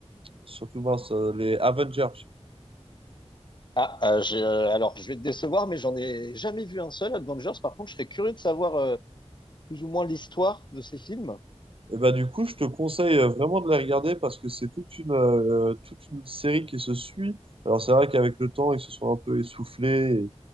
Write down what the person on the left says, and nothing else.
Ah, euh, j'ai, euh, alors je vais te décevoir, mais j'en ai jamais vu un seul. Avengers, par contre, je serais curieux de savoir euh, plus ou moins l'histoire de ces films.